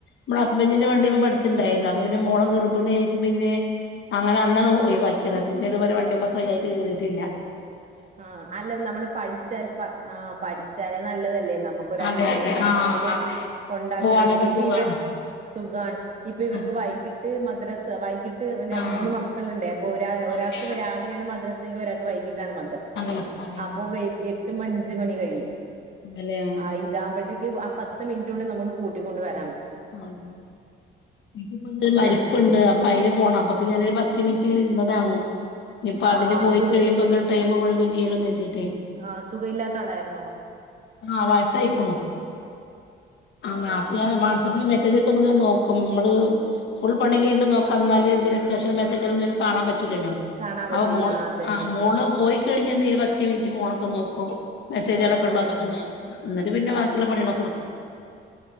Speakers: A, on the left; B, on the right.
A: <unintelligible> ഹസ്ബന്റിന്റെ വണ്ടിമ്മേ പഠിച്ച്ണ്ടായിരുന്നു അപ്പൊ പിന്നെ മോള ഗർഭിണിയായപ്പോ പിന്നെ അങ്ങനെ അന്നാണ് ഒഴിവാക്കിയത പിന്നെ ഇതുവരെ വണ്ടി മ്മേ പ്പയ്നാറ്റ് കേറീട്ട്‌ല്ല.
B: ആഹ അല്ല നമ്മള് പഠിച്ചാല് ആ പഠിച്ചാല് നല്ലതല്ലേ നമുക്കൊരു
A: അതെ
B: അത്യാവശ്യണ്ടെങ്കില്
A: അതെ ആഹ് അതെ
B: കൊണ്ടാക്കാ
A: പോവാനൊക്കെ
B: <unintelligible> ഇപ്പൊ
A: സുഖാണ്
B: ഇവർ സുഖാണ് ഇപ്പൊ ഇവർക്ക്
A: അതെ
B: വൈകി ട്ട് മദ്രസ വൈകിട്ട് പിന്നെ
A: ആഹ്
B: മൂന്ന് മക്കള്ണ്ട് അപ്പൊ ഒരാ ഒരാൾക്ക്
A: അതെയോ
B: രാവിലെണ് മദ്ര സ് <unintelligible> ഒരാക്ക് വൈകിട്ടാണ് മദ്രസ
A: നല്ല സ്ഥലേനല്ലോ
B: അപ്പൊ വൈകിട്ട് എത്തുമ്പോ അഞ്ച് മണി കഴിയും.
A: അതല്ലേ ആഹ്
B: ആ ഇതാവുമ്പഴത്തേക്ക് ആ പത്ത് മിന്‌റ്റ് കൊണ്ട് നമുക്ക് കൂട്ടിക്കൊണ്ട് വരാം
A: ആണ് <unintelligible>
B: അപ്പൊ
A: രു മരിപ്പുണ്ട്
B: നമുക്ക്
A: അപ്പൊ അയിന് പോണം അപ്പൊക്ക ഞാനൊരു പത്ത് മിനിറ്റ് ഇങ്ങനെ ഇര്ന്നതാണ് നി ഇപ്പൊ
B: ആ
A: അതിന്
B: ആ
A: പോയി
B: സുഖ
A: കഴിയുമ്പോക്ക് ടൈം മുഴുകും ചെയ്യല്ലോ ന് കരുതി
B: ആ സുഖ ഇല്ലാത്ത ആളായിര്ന്നോ
A: ആ വയസായിക്ണു ആ <unintelligible> വാട്സപ്പിൽ മെസ്സേജ് ഒക്കെന്ന്ങ്ങനെ നോക്കും ഇമ്മള് ഫുൾ പണി ഉണ്ട് നോക്ക എന്നും എന്തി അത്യാശ്യ മെസജ കാണാ പറ്റും ട്ടില്ലല്ലോ
B: കാണാൻ പറ്റൂല
A: ആ മോള്
B: അതന്നെ
A: ആ മോള് പോയി <unintelligible> ഒരു പത്ത് മിൻറ്റ് ഫോണൊക്കെ നോക്കും മെസ്സേജാളൊക്കെണ്ടോന്നൊക്കെ
B: ആ ആ ആ
A: നോക്കും ന്നട്ട് പിന്നെ ബാക്കിള്ള പണികളൊക്കെ ടുക്കും